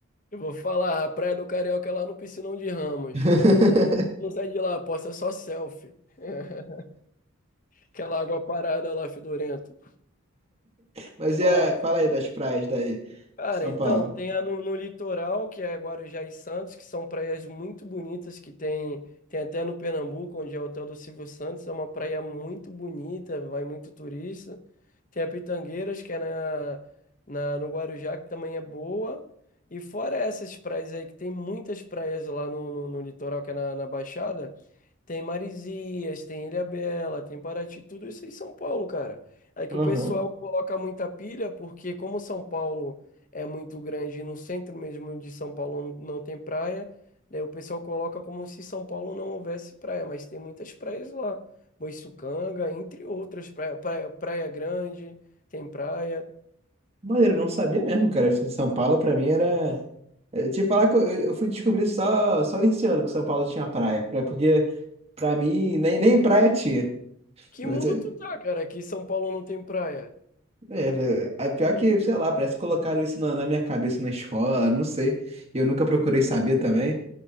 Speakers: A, on the left; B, on the right.
A: eu vou falar, a praia do Carioca é lá no Piscinão de Ramos.
B: <laughs>
A: Não sai de lá, posta só selfie. <laughs> Aquela água parada lá, fedorenta.
B: Mas e
A: Ó,
B: a, fala aí das praias daí,
A: Cara,
B: São
A: então,
B: Paulo.
A: tem a no, no litoral, que é Guarujá e Santos, que são praias muito bonitas, que tem, tem até no Pernambuco, onde é o Hotel do Silvio Santos, é uma praia muito bonita, vai muito turista. Tem a Pitangueiras, que é na, na, no Guarujá, que também é boa. E fora essas praias aí, que tem muitas praias lá no, no, no litoral, que é na, na Baixada, tem Marizias, tem Ilhabela, tem Paraty, tudo isso em São Paulo, cara. É que
B: Aham.
A: o pessoal coloca muita pilha porque como São Paulo é muito grande e no centro mesmo de São Paulo não não tem praia, daí o pessoal coloca como se São Paulo não houvesse praia, mas tem muitas praias lá. Boiçucanga, entre outras, praia, praia, Praia Grande, tem praia.
B: Maneiro, eu não sabia mesmo, cara. São Paulo pra mim era. eh, Te falar que eu, eu fui descobrir só, só esse ano que São Paulo tinha praia. pra- Porque pra mim nem, nem praia tinha.
A: Que
B: Mas,
A: mundo
B: eh,
A: tu tá, cara? Que São Paulo não tem praia.
B: É, vé- é pior que, sei lá, parece que colocaram isso na, na minha cabeça na escola, não sei. Eu nunca procurei saber também.